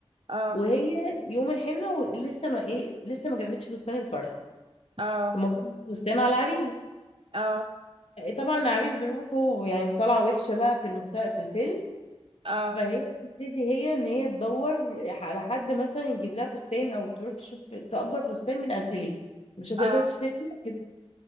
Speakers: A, on the right (about 55°); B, on the left (about 80°).
A: اه
B: وهي يوم الحنة ولسه ما ايه لسه ما جابتش فستان الفرح
A: اه
B: المفروض فستان على العريس
A: اه اه
B: طبعا العريس ظروفه يعني طالعة وحشة بقى في المسا... في الفيلم
A: اه
B: فهي بتبتدي هي ان هي تدور على حد مثلا يجيب لها فستان او تروح تشوف تأجر فستان من اتيليه مش هتقدر
A: اه
B: تشتري كده